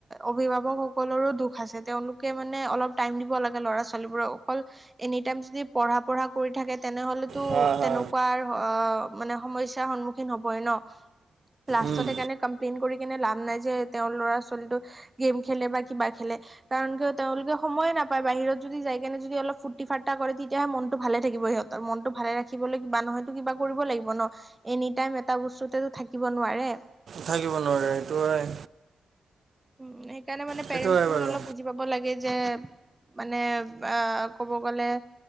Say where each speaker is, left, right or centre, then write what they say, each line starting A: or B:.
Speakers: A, on the right; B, on the right.
A: অভিভাৱকসকলৰো দুখ আছে, তেওঁলোকে মানে অলপ- টাইম দিব লাগে ল'ৰা ছোৱালীবোৰক, অকল এনি টাইম যদি পঢ়া পঢ়া কৰি থাকে তেনেহ'লে- তো
B: হা হা
A: তেনেকুৱাৰ অ মানে সমস্যা সন্মুখীন হবই ন। লাষ্টত
B: উম,
A: সেইকাৰণে কমপ্লেইন কৰি কেনে লাভ নাই যে তেওঁৰ ল'ৰা ছোৱালীটো- গেম খেলে বা কিবা খেলে। কাৰণ কিয় তেওঁলোকে সময়ে নাপায় বাহিৰত যদি যাই কেনে যদি অলপ ফূ্তি ফাৰ্তা কৰে তেতিয়াহে মনতটো ভালে থাকিব ইহত। ত মনতটো ভালে ৰাখিবলৈ কিবা নহয়তো কিবা কৰিব লাগিব ন, এনি টাইম এটা বস্তুত- তো থাকিব নোৱাৰে-
B: থাকিব নোৱাৰে সেইটো হয়।
A: উম, সেইকাৰণে মানে
B: সেইটো
A: পেৰেন্টছ
B: হয়
A: বোৰ
B: বাৰু
A: অলপ- বুজি পাব লাগে যে মানে আহ ক'ব গ'লে-